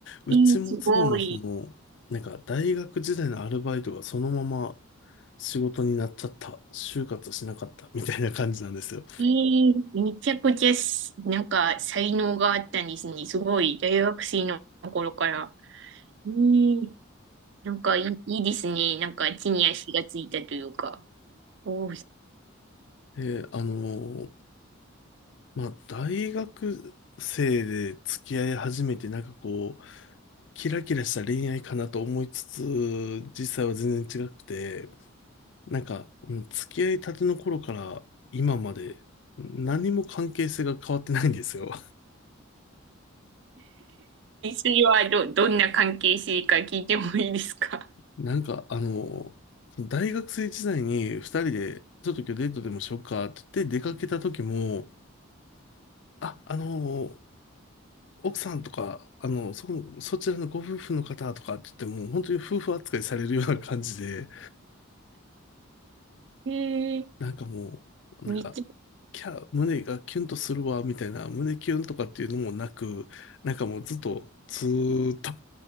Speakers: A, on the left; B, on the right.
A: うちも妻もその、
B: えー、すごい。
A: なんか大学時代のアルバイトがそのまま仕事になっちゃった、就活しなかったみたいな感じなんですよ。
B: えー、めちゃくちゃし、なんか才能があったんですね。すごい。大学生の頃から。ええなんかいい、いいですね。なんか地に足がついたというか。おお。<laughs> そ
A: で、あのまあ、大学生で付き合い始めて、なんかこう、キラキラした恋愛かなと思いつつ、実際は全然違くて、なんか、もう付き合いたての頃から今まで、何も関係性が変わってないんですよ。
B: れはど、どんな関係性か聞いてもいいですか
A: <laughs> なんか、あの、大学生時代に二人で、ちょっと今日デートでもしようかって言って出かけた時も、あ、あの、奥さんとか、あの、そこの、そちらのご夫婦の方とかって言っても、本当に夫婦扱いされるような感じで、
B: ええ
A: なんかもう、なんか、
B: ーめっちゃ、
A: キャー、胸がキュンとするわ、みたいな、胸キュンとかっていうのもなく、なんかもうずっと、ずーっと